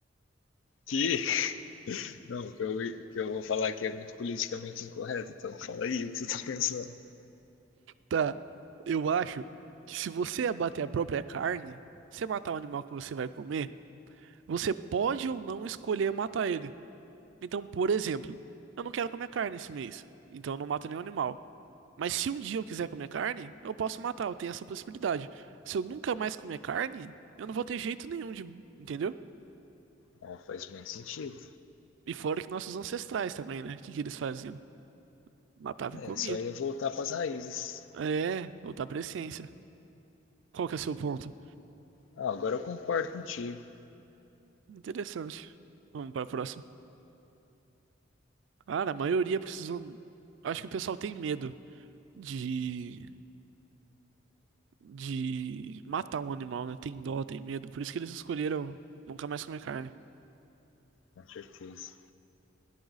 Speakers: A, on the left (about 80°); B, on the right (about 70°).
A: que Não, o que eu, o que eu vou falar aqui é muito politicamente incorreto, então fala aí o que você tá pensando.
B: Tá, eu acho que se você abater a própria carne, você matar o animal que você vai comer, você pode ou não escolher matar ele. Então, por exemplo, eu não quero comer carne esse mês, então eu não mato nenhum animal. Mas se um dia eu quiser comer carne, eu posso matar, eu tenho essa possibilidade. Se eu nunca mais comer carne, eu não vou ter jeito nenhum de, entendeu?
A: Não, faz muito sentido.
B: E fora que nossos ancestrais também, né? O que que eles faziam? Matava
A: É,
B: e comia.
A: só ia voltar pras raízes.
B: É, voltar outra presciência. Qual que é o seu ponto?
A: Ah, agora eu concordo contigo,
B: Interessante. Vamos para a próxima. Cara, a maioria precisou. Acho que o pessoal tem medo de, de matar um animal, né? Tem dó, tem medo. Por isso que eles escolheram nunca mais comer carne. O
A: com certeza.